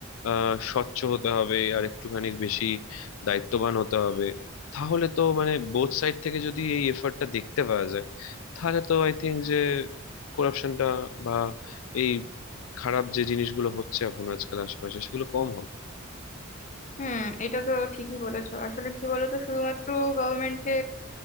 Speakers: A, on the left; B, on the left.
A: আহ স্বচ্ছ হতে হবে আর একটুখানি বেশি দায়িত্ববান হতে হবে তাহলে তো মানে বোথ সাইড থেকে যদি এই এফার্টটা দেখতে পাওয়া যায় তাহলে তো আই থিঙ্ক যে করাপশনটা বা এই খারাপ যে জিনিসগুলো হচ্ছে এখন আজকাল আশেপাশে সেগুলো কম হবে
B: হুম এটা তো ঠিকই বলেছো আসলে কি বলতো শুধুমাত্র গভর্নমেন্টকে